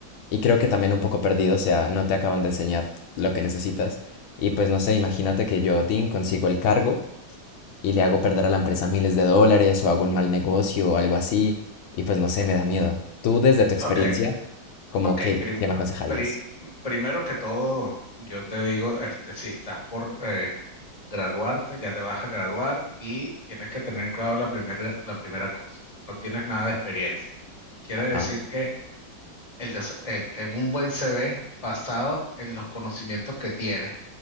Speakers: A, on the left; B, on the left.
A: y creo que también un poco perdido, o sea, no te acaban de enseñar lo que necesitas. Y pues no sé, imagínate que yo, Tim, consigo el cargo y le hago perder a la empresa miles de dólares o hago un mal negocio o algo así y pues no sé, me da miedo. Tú desde tu experiencia,
B: Ok,
A: como
B: ok.
A: que,
B: prim-
A: ¿qué me aconsejarías?
B: pri- primero que todo, yo te digo, este, si estás por eh, graduarte, ya te vas a graduar y tienes que tener en claro la primera, la primera cosa. No tienes nada de experiencia. Quiere decir
A: Ajá,
B: que el des- el- en un buen CV basado en los conocimientos que tienes